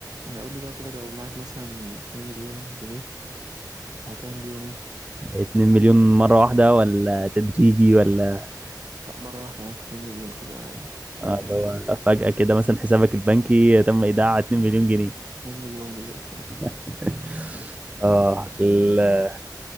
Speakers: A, on the right; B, on the right.
A: يعني قول لي بقى كده لو معاك مثلا 2 مليون جنيه هتعمل بيهم ايه؟
B: 2 مليون مرة واحدة ولا تدريجي ولا
A: لا مرة واحدة معاك 2 مليون كده
B: آه،
A: جالك
B: اللي
A: من أي
B: هو
A: حاجة
B: فجأة كده مثلا حسابك البنكي تم إيداع 2 مليون جنيه
A: 2 مليون بالظبط
B: <laughs> اه ال-